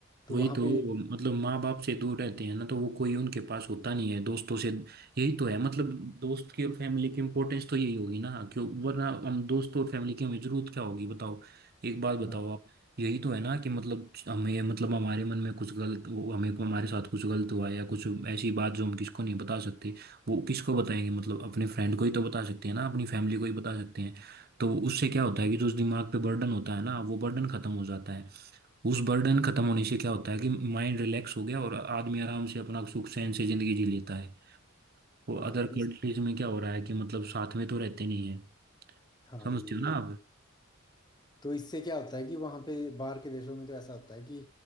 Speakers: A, on the left (about 20°); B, on the right (about 50°).
A: तो
B: वही
A: वहाँ
B: तो
A: पे
B: मतलब माँ बाप से दूर रहते हैं ना तो वो कोई उनके पास होता नहीं है दोस्तों से यही तो है मतलब दोस्त की और फैमिली की इम्पोर्टेंस तो यही होगी ना क्यों वरना हम दोस्त और फैमिली की हमें जरूरत क्या होगी बताओ एक बात बताओ
A: हाँ
B: आप यही तो है ना कि मतलब हमें मतलब हमारे मन में कुछ गलत वो हमें हमारे साथ कुछ गलत हुआ या कुछ ऐसी बात जो हम किसको नहीं बता सकते वो किसको बताएंगे मतलब अपने फ्रेंड को ही तो बता सकते हैं ना अपनी फैमिली को ही बता सकते हैं तो उससे क्या होता है कि जो उस दिमाग पे बर्डन होता है ना वो बर्डन खत्म हो जाता है उस बर्डन खत्म होने से क्या होता है कि माइंड रिलैक्स हो गया और आदमी आराम से अपना सुख चैन से जिंदगी जी लेता है और
A: हाँ
B: अदर
A: इस
B: कंट्रीज में क्या हो रहा है कि मतलब साथ में तो रहते नहीं है
A: हाँ
B: समझते
A: ये
B: हो ना आप
A: तो इससे क्या होता है कि वहाँ पे बाहर के देशों में तो ऐसा होता है कि